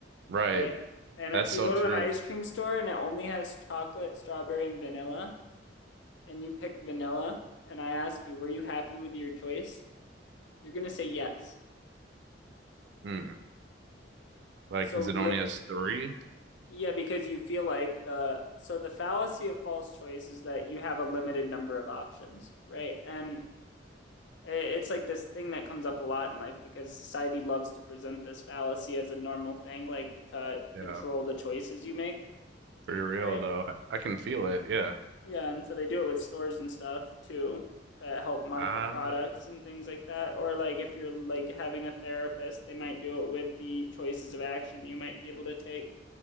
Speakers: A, on the right (about 65°); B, on the left (about 80°).
A: Right.
B: right? And
A: That's
B: if
A: so
B: you go
A: true.
B: to an ice cream store and it only has chocolate, strawberry, and vanilla, and you pick vanilla, and I ask you, were you happy with your choice? You're gonna say yes.
A: Mm. Like,
B: So,
A: 'cause
B: li
A: it only has three?
B: yeah, because you feel like the, so the fallacy of false choice is that you have a limited number of options, right? And It's like this thing that comes up a lot in life because society loves to present this fallacy as a normal thing, like to
A: Yeah.
B: control the choices you make,
A: Pretty real
B: right?
A: though. I, I can feel it. Yeah.
B: Yeah, and so they do it with stores and stuff too to help market
A: Ah,
B: products and things like that. Or like if you're like having a therapist, they might do it with the choices of action you might be able to take.